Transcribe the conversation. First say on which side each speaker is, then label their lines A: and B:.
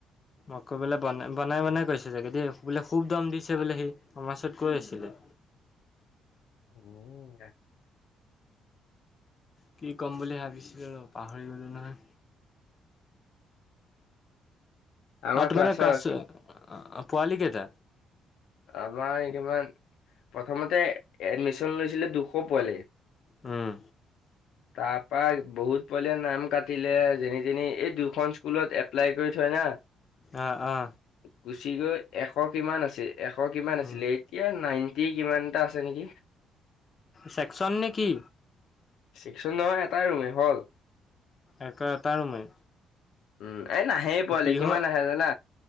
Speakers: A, on the left (about 40°); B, on the left (about 75°).
A: আকৌ বোলে বনাই বনাই বনাই কৰিছে চাগেদি বোলে খুব দম দিছে বোলে সি আমাৰ ওচৰত কৈ আছিলে।
B: উম।
A: কি ক'ম বুলি ভাবিছিলো ন পাহৰি গ'লো নহয়।
B: আমাৰ
A: আউট
B: ক্লাছৰ
A: মানে কাচ
B: কি-
A: পোৱালি কেইটা?
B: আমাৰ ইনিমান প্ৰথমতে এডমিশ্যন লৈছিলে দুশ পোৱালি।
A: হম।
B: তাৰ পৰা বহুত পোৱালিয়ে নাম কাটিলে। যেনি তেনি এই দুয়োখন স্কুলত এপ্লাই কৰি থয় না।
A: অ', অ'।
B: গুচি গৈ এশ কিমান আছিল এশ কিমান
A: উম,
B: আছিলে এতিয়া নাইনটি কিমান এটা আছে নেকি।
A: ছেকশচন নে কি?
B: চেকচন নহয় এটাই ৰুমে হ'ল।
A: এটা এটা ৰুমে!
B: উম, এই নাহেই পোৱালি।
A: বিহ
B: কিমান আহে জানা